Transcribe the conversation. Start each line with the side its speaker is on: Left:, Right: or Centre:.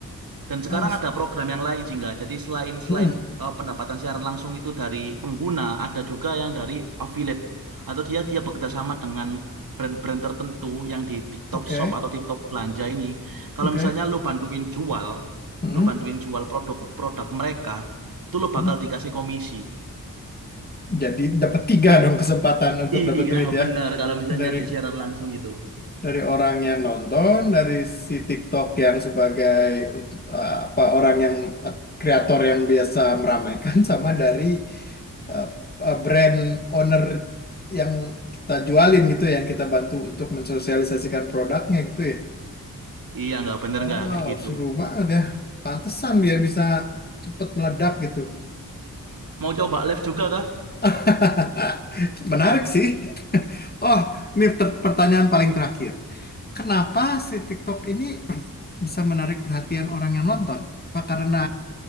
Right: Dan sekarang
Left: As
Right: ada program yang lain sih nggak. Jadi selain selain
Left: Mm-mm.
Right: eh, pendapatan siaran langsung itu dari pengguna, ada juga yang dari affiliate atau dia dia bekerja sama dengan brand-brand tertentu yang di TikTok
Left: oke
Right: Shop atau TikTok belanja ini. Kalau
Left: oke
Right: misalnya lu bantuin jual,
Left: Mm-mm.
Right: lu bantuin jual produk-produk mereka, itu lu
Left: Mm-mm.
Right: bakal dikasih komisi.
Left: Jadi dapat tiga
Right: I-
Left: dong kesempatan untuk
Right: iya
Left: dapat duit ya
Right: bener kalau misalnya
Left: dari
Right: di siaran langsung itu.
Left: dari orang yang nonton, dari si TikTok yang sebagai untuk eh, apa orang yang eh, kreator yang biasa meramaikan <laughs> sama dari eh, eh, brand owner yang kita jualin gitu, ya, yang kita bantu untuk mensosialisasikan produknya gitu ya.
Right: Iya nggak bener
Left: Wow,
Right: nggak kayak gitu.
Left: seru banget ya. Pantesan dia bisa cepet meledak gitu.
Right: Mau coba live juga kah?
Left: <laughs> Menarik sih. Oh, ini per- pertanyaan paling terakhir. Kenapa si TikTok ini <clears throat> bisa menarik perhatian orang yang nonton? Apa karena